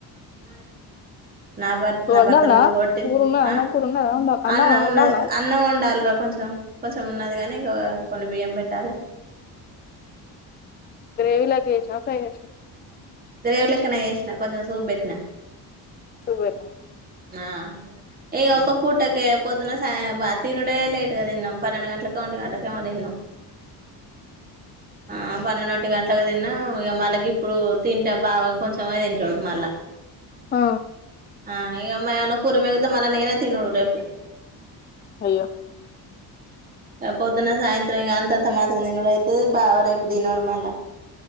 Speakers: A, on the right (about 20°); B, on the left (about 25°).
A: <unintelligible> నా భర్త నా
B: వండాల్నా
A: భర్త నన్ను కొట్టి
B: కూర ఉన్నదా
A: ఆ
B: అన్నం కూర ఉన్నదా వండా
A: అన్నం
B: వండాల్నా
A: ఉన్నది అన్నం వండాల్రా కొంచెం కొంచం కొంచెం ఉన్నది కానీ ఇంకా కొన్ని బియ్యం పెట్టాలె
B: గ్రేవీ లెక్క చేసినవా ఫ్రై చేసిన
A: గ్రేవి లేక్కనే చేసిన కొంచెం సూపు పెట్నా
B: వేర్ మా
A: ఆ ఈ ఒక్క పూట అయితే పొద్దున సాయం తినుడే లేటుగా తిన్నాం పన్నెండు గంటలకో ఓంటి గంటకో ఏమో తిన్నాం ఆ పన్నెండు ఓంటి గంట్లకు తిన్న ఉ ఇలా మళ్ళ ఇప్పుడు తింటే బాగా కొంచమే తింటాడు మళ్ళా
B: ఆ
A: ఆ యిగా మన కూర మీదనే మననే తినడు రేపు
B: అయ్యో
A: ఆ పొద్దున్న సాయంత్రం అంతంత మాత్రం తినడు అయితది బావ రేపు తినడు మళ్ళా